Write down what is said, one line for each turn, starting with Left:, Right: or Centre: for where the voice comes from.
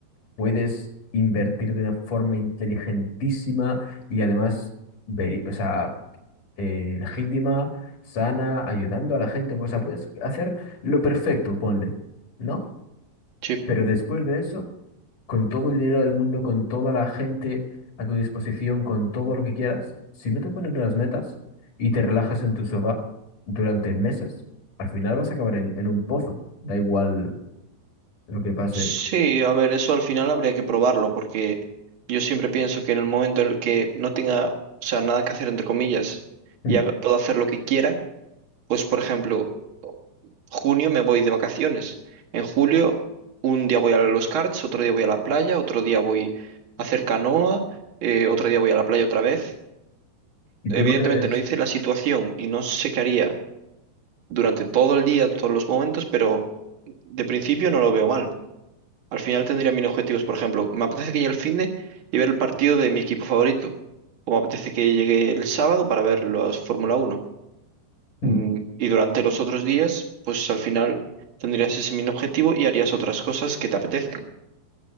Left: puedes invertir de una forma inteligentísima y además, ver, o sea, eh, legítima, sana, ayudando a la gente. pues, O sea, puedes hacer lo perfecto, ponle, ¿no?
Right: Sí.
Left: Pero después de eso, con todo el dinero del mundo, con toda la gente a tu disposición, con todo lo que quieras, si no te pones unas metas y te relajas en tu sofá durante meses, al final vas a acabar en, en un pozo. Da igual lo que pase.
Right: Sí, a ver, eso al final habría que probarlo, porque yo siempre pienso que en el momento en el que no tenga, o sea, nada que hacer, entre comillas,
Left: Hmm.
Right: y haga- pueda hacer lo que quiera, Pues, por ejemplo, junio me voy de vacaciones. En julio, un día voy a los karts, otro día voy a la playa, otro día voy a hacer canoa, eh, otro día voy a la playa otra vez.
Left: ¿Y
Right: Evidentemente
Left: tú no crees?
Right: no hice la situación y no sé qué haría durante todo el día, todos los momentos, pero de principio no lo veo mal. Al final tendría mis objetivos, por ejemplo, me apetece que llegue el finde y ver el partido de mi equipo favorito, o me apetece que llegue el sábado para ver las Fórmula Uno.
Left: Hmm.
Right: Mm, Y durante los otros días, pues al final tendrías ese mismo objetivo y harías otras cosas que te apetezcan.